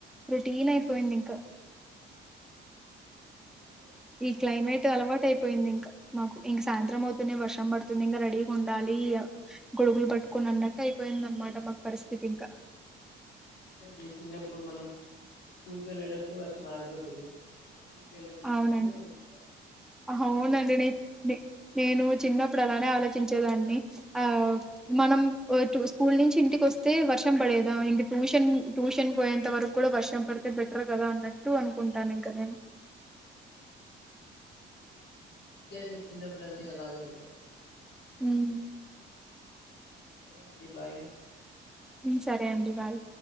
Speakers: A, in the centre; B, on the left (about 65°).
A: రొటీన్ అయిపోయింది ఇంకా
B: అది
A: ఈ క్లైమేట్ అలవాటు అయిపోయింది ఇంకా మాకు ఇంక సాయంత్రం అవుతునే వర్షం పడుతుంది ఇంకా రెడీగా ఉండాలి, గొడుగులు పట్టుకొని అన్నట్టు అయిపోయింద అన్నమాట మాకు పరిస్థితి ఇంకా
B: అంతే అండి చిన్నప్పుడు మనం స్కూల్ క వెళ్ళేటప్పుడు వర్ష మాగిపోతుది సూల్కెకీ వెళ్ళాక ముందు
A: అవునండి
B: వ
A: అవునండి నేను నే ను నువ్ చిన్నపుడు అలా ఆలోచించేదాని అ మనం స్కూల్ ను ఇంటికి వస్తే వర్షం పడేదా, ఇం టూషన్ టూషన్ పోయేంత వరకు కూడా వర్షం పడితే బెటర్ కదా అన్నట్టు అనుకుంటాను ఇంక నేను
B: మ్ అంతే అండి చిన్నప్పుడు అన్నీ అలాగే ఉంటాయి
A: మ్
B: సరే అండి భాయి
A: మ్ సరే అండి బాయ్